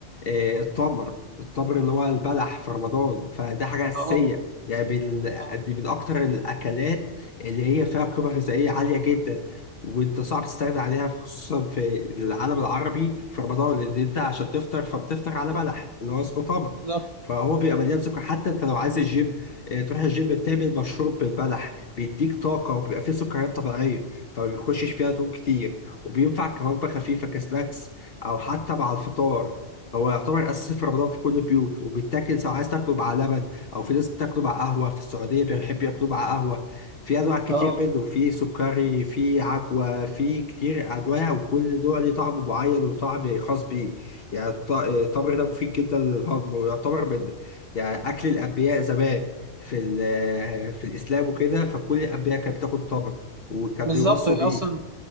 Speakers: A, on the left; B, on the right.
A: آه، التمر التمر اللي هو البلح في رمضان فده حاجة أساسية
B: أه
A: يعني بال...
B: آه،
A: دي من أكتر الأكلات اللي هي فيها قيمة غذائية عالية جدا وانت صعب تستغنى عليها في- خصوصا في العالم العربي في رمضان لأن انت عشان تفطر فبتفطر على بلح اللي هو اسمه تمر
B: بالظبط
A: فهو بيبقى مليان سكر حتى انت لو عايز الجيم آه، تروح الجيم بتعمل مشروب بالبلح بيديك طاقة وبيبقى فيه سكريات طبيعية فما بيخشش فيها دهون كتير وبينفع كوجبة خفيفة كسناكس أو حتى مع الفطار هو يعتبر أساسي في رمضان في كل البيوت وبيتاكل سواء عايز تاكله مع لبن أو في ناس بتاكله مع قهوة في السعودية بيحب ياكلوه مع قهوة في أنواع كتير
B: أه
A: منه في سكري في عجوة في كتير أنواع وكل نوع ليه طعم معين وطعم خاص بيه يعني الط- التمر ده مفيد جدا للهضم ويعتبر من يعني أكل الأنبياء زمان في ال- في الإسلام وكده فكل الأنبياء كانت بتاكل تمر وكان
B: بالظبط
A: بيوصوا
B: هي
A: بيه
B: أصلا